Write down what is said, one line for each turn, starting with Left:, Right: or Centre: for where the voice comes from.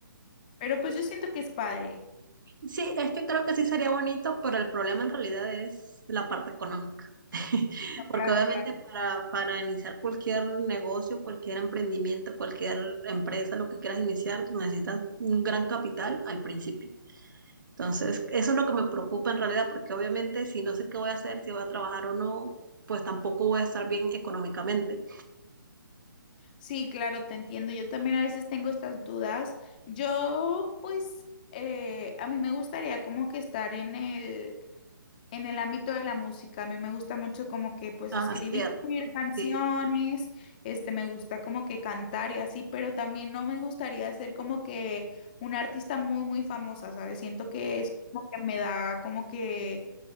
Left: pero pues yo siento que es padre.
Right: sí, es que creo que sí sería bonito, pero el problema en realidad es la parte económica. Porque
Left: Claro,
Right: obviamente
Left: claro.
Right: para, para iniciar cualquier negocio, cualquier emprendimiento, cualquier empresa, lo que quieras iniciar, necesitas un gran capital al principio. Entonces, eso es lo que me preocupa en realidad, porque obviamente si no sé qué voy a hacer, si voy a trabajar o no, pues tampoco voy a estar bien económicamente.
Left: Sí, claro, te entiendo. Yo también a veces tengo estas dudas. Yo, pues, eh, a mí me gustaría como que estar en el, en el ámbito de la música, a mí me gusta mucho como que pues
Right: Ah,
Left: escribir
Right: cierto.
Left: canciones,
Right: Sí,
Left: este me gusta como que cantar y así, pero también no me gustaría ser como que una artista muy muy famosa, ¿sabes? Siento que es como que me da como que